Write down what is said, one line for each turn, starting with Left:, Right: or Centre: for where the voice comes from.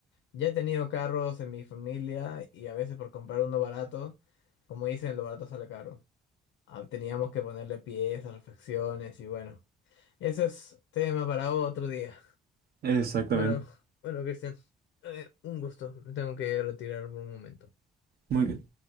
Left: Ya he tenido carros en mi familia y a veces por comprar uno barato, como dicen, lo barato sale caro. Ah, Teníamos que ponerle piezas, refacciones y bueno, eso es tema para otro día.
Right: Exactamente.
Left: Bueno, bueno, Cristian, eh, un gusto. Me tengo que retirar por un momento.
Right: Muy bien.